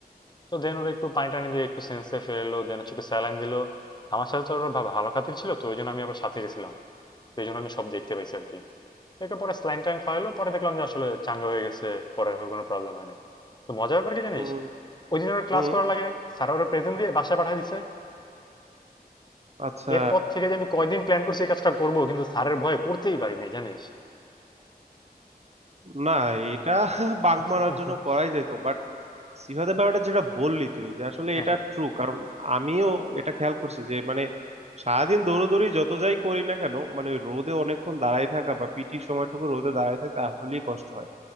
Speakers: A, on the left; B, on the right.
A: তো দেন ওরা একটু পানি টানি দিয়ে একটু সেন্সে ফেরালো দেন হচ্ছে একটু স্যালাইন দিলো আমার সাথে তো ওরা ভা- ভালো খাতির ছিল তো ওই জন্য আমি আবার সাথে গেছিলাম তো এই জন্য আমি সব দেখতে পাইছি আর কি তো একটা পরে স্যালাইন টাইন খাওয়াইলো পরে দেখলাম যে আসলে চাঙ্গা হয়ে গেছে পরে আর কোনো প্রবলেম হয় নাই তো মজার ব্যাপার কি জানিস
B: হুম
A: ওই দিন ওরা ক্লাস
B: হুম
A: করার লাগে নাই স্যার ওরা প্রেজেন্ট দিয়ে বাসায় পাঠিয়ে দিছে
B: আচ্ছা
A: এরপর থেকে যে আমি কয়দিন প্ল্যান করছি এই কাজটা করবো কিন্তু স্যারের ভয়ে করতেই পারি নাই জানিস
B: না এটা <laughs> বাঙ্ক
A: <laughs>
B: মারার জন্য করাই যেত বাট সিফাতের ব্যাপারটা যেটা বললি তুই যে আসলে
A: হ্যাঁ
B: এটা
A: হ্যাঁ
B: ট্রু কারণ আমিও এটা খেয়াল করছি যে মানে সারাদিন দৌড়োদৌড়ি যত যাই করি না কেন মানে ওই রোদে অনেকক্ষণ দাঁড়ায় থাকা বা পিটির সময়টুকু রোদে দাঁড়ায় থাকতে আসলেই কষ্ট হয়